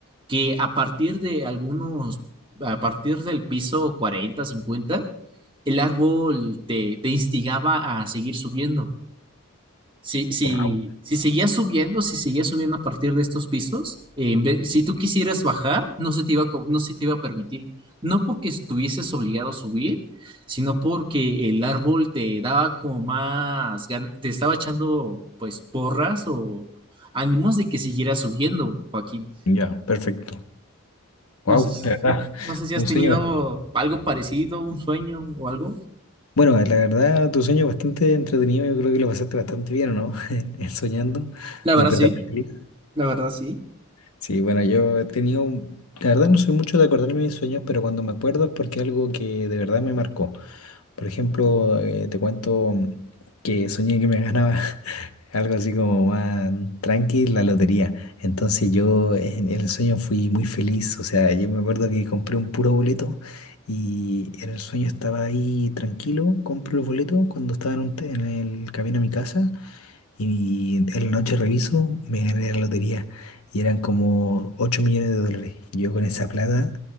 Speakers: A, on the right; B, on the left.
A: que a partir de algunos, a partir del piso 40, 50, el árbol te, te instigaba a seguir subiendo. Si, si,
B: Wow.
A: si seguías subiendo, si seguías subiendo a partir de estos pisos, eh, en vez- si tú quisieras bajar, no se te iba a, co- no se te iba a permitir. No porque estuvieses obligado a subir, sino porque el árbol te daba como más, gan- te estaba echando pues porras o ánimos de que siguieras subiendo, Joaquín.
B: ya, perfecto. Wow.
A: No sé si,
B: La verdad,
A: no sé si has
B: un
A: tenido
B: sueño
A: algo parecido, un sueño o algo.
B: Bueno, la verdad, tu sueño es bastante entretenido. Yo creo que lo pasaste bastante bien, ¿o no? <laughs> En, en soñando.
A: La verdad
B: Despertaste
A: sí,
B: feliz.
A: la verdad sí.
B: Sí, bueno, yo he tenido, un- la verdad no soy mucho de acordarme de mis sueños, pero cuando me acuerdo es porque algo que de verdad me marcó. Por ejemplo, eh, te cuento que soñé que me ganaba <laughs> algo así como más tranqui la lotería. Entonces yo en el sueño fui muy feliz, o sea, yo me acuerdo que compré un puro boleto y en el sueño estaba ahí tranquilo, compro el boleto cuando estaba en, un te- en el camino a mi casa. Y en la noche reviso, me gané la lotería y eran como 8 millones de dólares. Yo con esa plata